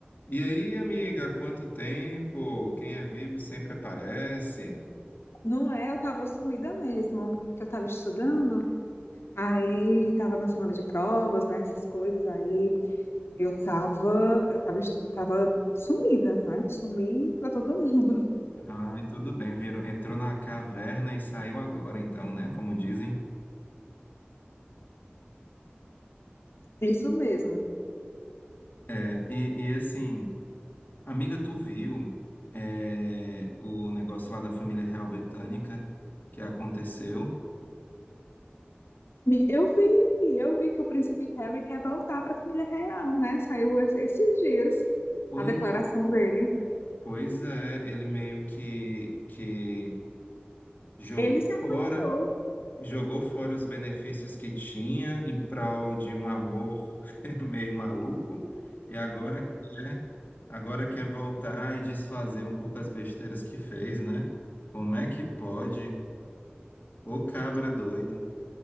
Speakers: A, on the left (about 45°); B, on the left (about 90°).
A: E aí, amiga, há quanto tempo? Quem é vivo sempre aparece.
B: Não é, eu tava sumida mesmo, que eu tava estudando, aí tava na semana de provas, né, essas coisas, aí eu tava, eu tava, est- tava sumida, né, sumi pra todo mundo,
A: Ai, tudo bem, virou, entrou na caverna e saiu agora, então, né? Como dizem.
B: <laughs> isso mesmo.
A: É, e, e assim, amiga, tu viu é, o negócio lá da família real britânica que aconteceu?
B: Me- Eu vi, eu vi que o príncipe Harry quer voltar pra família real, né, saiu es- esses dias
A: Pois,
B: a declaração dele.
A: pois é, ele meio que, que jogou
B: Ele se afastou,
A: fora. Jogou fora os benefícios que tinha em prol de um amor <laughs> meio maluco e agora quer, agora quer voltar e desfazer um pouco as besteiras que fez, né? Como é que pode? Ô cabra doido.